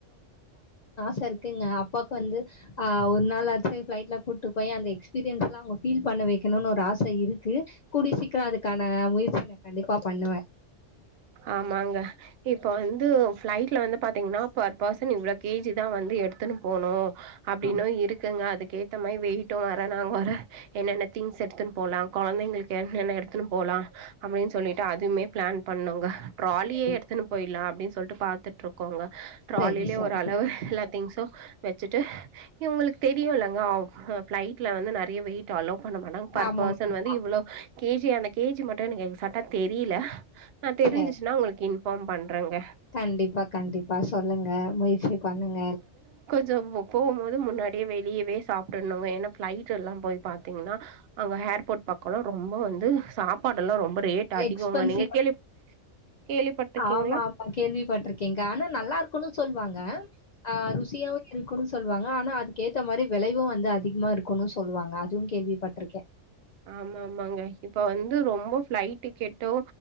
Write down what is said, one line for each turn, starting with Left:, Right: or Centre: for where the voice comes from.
Left: சருக்குங்க அப் பாக்கு வந்து ஆஹ் ஒரு நாளாச்சுனா ஃப்ளைட்ல கூட்டுப் போய் அந்த எக்ஸ்பீரியன்ஸ்லா அவ்ங் ஃபீல் பண்ண வெக்கணுனு ஒரு ஆச இருக்கு கூடிய சீக்ரோ அதுக்கான முயற்சிய நா கண்டிப்பா பண்ணுவே
Right: ஆமாங்க இப்ப வந்து ஃப்ளைட்ல வந்து பாத்தீங்னா பெர் பேர்சன் இவ்ளோ கே ஜி தா வந்து எடுத்துன்னு போனு அப்டின்னு
Left: ஆ
Right: இருக்குங்க அதுக் கேத்த மாரி வெயிட்டு வரனு வர என்னென்ன திங்ஸ் எடுத்துன் போலா கொழந்தைங்களுக்கு என்னென்ன எடுத்துன்னு போலா அப்டின் சொல்லிட்டு அதுமே பண்ணங்க ட்ராலியே
Left: சரி,
Right: எடுத்துன்னு போயிட்லா அப்டின் சொல்ட்டு பாத் த்துட்ருக்கோங்க ட்ராலிலே
Left: சரி, சரி.
Right: ஒரளவு எல்லா திங்ஸு வெச்சுட்டு இவ்ங்களுக்கு தெரியுல்லங்க அஃப் ஃபளைட்ல வந்து நெறைய வெயிட்டு அலோ பண்ணமாட்டாங்க பர்
Left: ஆமா,
Right: பேர்சன்
Left: ஆமா.
Right: வந்து இவ்ளோ கே ஜி அந்த கே ஜி மட்டு எனக்கு எக்சட்டா தெரில நா தெரிஞ்சிச்சுனா
Left: சரி.
Right: உங்களுக்கு இன் ஃபார்ம் பண்றங்க
Left: கண்டிப்பா கண்டிப்பா சொல்லுங்க முயற்சி பண்ணுங்க
Right: சோ மு போகும்மோது முன்னாடியே வெளியவே சாப்டர்னுங்க ஏன்னா ப்ளைட்டு எல்லா போய் பாாத்தீங்ன்னா அங்க ஹேர்போர்ட் பக்கோ ரொம்ப வந்து சாப்பாடுல்லா ரொம்ப ரேட் அதிகோங்க
Left: எக்ஸ்பன்ஸீ
Right: நீங்க கேள்வி கேள்விப்பட்டிருக்கீங்களா
Left: ஆமா ஆமா கேள்விப்பட்ருக்கேங்க ஆனா நல்லார்க்கூன்னு சொல் வாங்க ஆ ருசியாவு இருக்குணு சு சொல்வாங்க ஆனா அதுக்கேத்த மாரி விளையு வந்து அதிகமா இருக்குன்னு சொல்லுவாங்க அதுவு கேள்விப்பட்ருக்கே
Right: ஆமாமாங்க இப்ப வந்து ரொம்ப ஃப்ளைட் டிக்கெட்டு